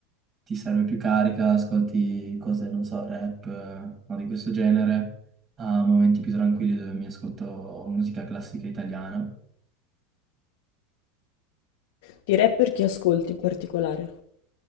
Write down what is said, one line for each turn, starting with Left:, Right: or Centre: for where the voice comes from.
Right: ti serve più carica, ascolti cose, non so, rap eh, o di questo genere, a momenti più tranquilli dove mi ascolto musica classica italiana.
Left: Di rapper chi ascolti in particolare?